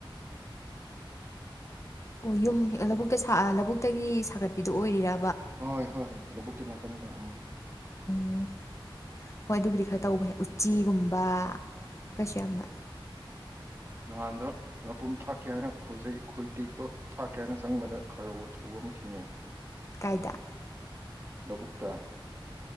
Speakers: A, on the left (about 35°); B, on the right (about 30°).
A: ꯑꯣ ꯌꯨꯝ ꯂꯧꯕꯨꯛꯇ ꯂꯧꯕꯨꯛꯇꯒꯤ ꯁꯥꯒꯠꯄꯤꯗꯣ ꯑꯣꯏꯔꯤꯔꯥ
B: ꯍꯣꯏ ꯍꯣꯏ ꯍꯣꯏ ꯂꯧꯕꯨꯛꯀꯤ ꯅꯥꯀꯟꯗ ꯎꯝ
A: ꯎꯝ ꯍꯣꯏ ꯑꯗꯨꯕꯨꯗꯤ ꯈꯔ ꯇꯧꯕꯅꯦ ꯎꯆꯤꯒꯨꯝꯕ ꯀꯩꯁꯨ ꯌꯥꯝꯅ
B: ꯅꯍꯥꯟꯗꫭ ꯉꯥꯄꯔꯨ꯭ꯝ ꯊꯥꯛꯀꯦ ꯍꯥꯏꯅ ꯈꯣꯏꯖꯩ ꯈꯣꯏ ꯇꯦꯛꯇꯣ ꯊꯥꯛꯀꯦ ꯍꯥꯏꯅ ꯆꯪꯕꯗ ꯈꯥꯔꯧ ꯑꯆꯧꯕ ꯑꯃ ꯊꯦꯡꯅꯩ
A: ꯀꯥꯏꯗ
B: ꯂꯕꯨꯛꯇ